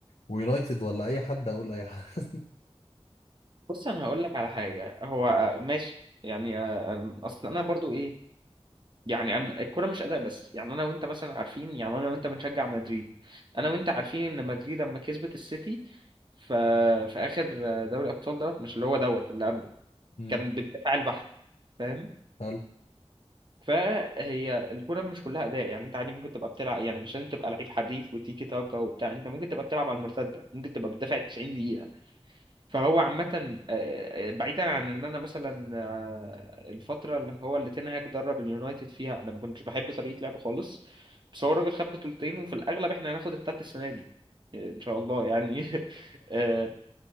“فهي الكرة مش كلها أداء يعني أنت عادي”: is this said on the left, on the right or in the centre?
Right